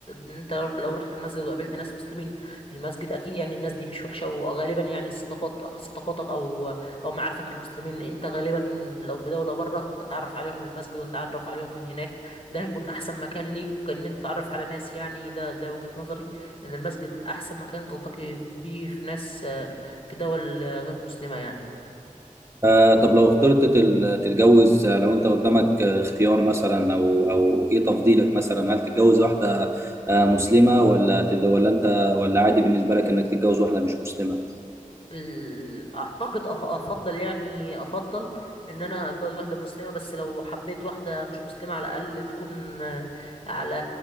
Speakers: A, on the left; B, on the right.
A: انت لو رحت المسجد وقابلت ناس مسلمين في المسجد اكيد يعني الناس دي مش وحشه وغالبا يعني الصداقات صداقاتك او او معارفك المسلمين انت غالبا لو في دوله بره هتعرف عليهم من المسجد وتتعرف عليهم من هناك ده هيكون احسن مكان ليك ان انت تتعرف على ناس يعني ده ده وجهة نظري ان المسجد احسن مكان تلتقي بيه في ناس آه، في دول آه، غير مسلمة يعني
B: آه طب لو اخترت تل- تتجوز آه، لو انت قدامك آه، اختيار مثلا او او ايه تفضيلك مثلا هل تتجوز واحدة آه مسلمة ولا تد- ولا انت ولا عادي بالنسبة لك انك تتجوز واحدة مش مسلمة
A: ال- اعتقد أف- افضل يعني افضل ان انا اتجوز واحده مسلمه بس لو حبيت واحده مش مسلمه على الاقل تكون آه، على